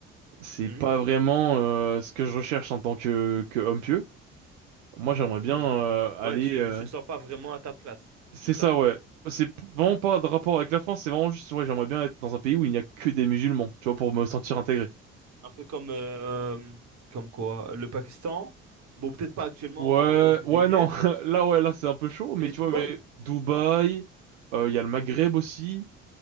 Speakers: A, on the right; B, on the right.
A: c'est
B: Hmm,
A: pas vraiment euh, ce que je recherche en tant que que homme pieux. Moi j'aimerais
B: ok.
A: bien euh, aller.
B: Ouais, tu,
A: euh,
B: tu te sens pas vraiment à ta place,
A: C'est
B: c'est ça?
A: ça ouais. C'est p- vraiment pas de rapport avec la France, c'est vraiment juste ouais j'aimerais bien être dans un pays où il n'y a que des musulmans, tu vois, pour me sentir intégré.
B: Un peu comme, euh, comme quoi, le Pakistan. Bon, peut-être pas actuellement
A: Ouais,
B: au, au vu
A: ouais,
B: des guerres,
A: non. <laughs> Là, ouais, là, c'est un peu chaud,
B: mais
A: mais tu
B: Dubaï,
A: vois, mais Dubaï,
B: non?
A: euh, il y a le Maghreb aussi.